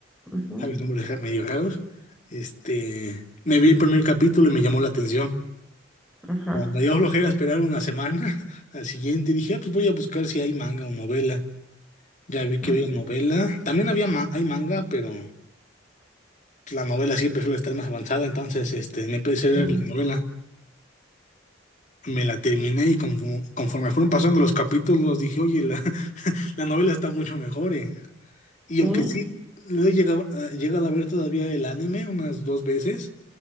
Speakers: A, in the centre; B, on the left.
A: Ujú,
B: ¿sabes? Nombres ra- medio raros. Este, me vi el primer capítulo y me llamó la atención.
A: ajá.
B: Como me dio flojera esperar una semana, <laughs> al siguiente dije, "Ah, pues voy a buscar si hay manga o novela. Ya vi que
A: mm,
B: había novela. También había ma- hay manga, pero la novela siempre suele estar más avanzada. Entonces, este, me empecé a
A: Sí,
B: leer la novela. Me la terminé y conforme, conforme fueron pasando los capítulos, dije, oye, la, <laughs> la novela está mucho mejor. eh". Y
A: sí,
B: aunque sí lo he llegado, a llegado a ver todavía el anime unas dos veces,